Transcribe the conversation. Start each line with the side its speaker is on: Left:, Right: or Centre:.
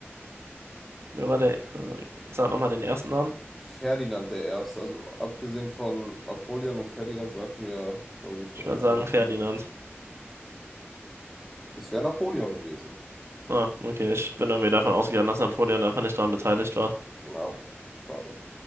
Right: Wer war der? Sag nochmal den ersten Namen.
Centre: Ferdinand der Erste, also abgesehen von Napoleon und Ferdinand sagt mir, glaube ich, von
Right: Ich würde
Centre: den anderen
Right: sagen Ferdinand.
Centre: keiner. Es wäre Napoleon gewesen.
Right: Ah, okay. Ich bin irgendwie davon ausgegangen, dass Napoleon einfach nicht daran beteiligt war.
Centre: Ja, schade.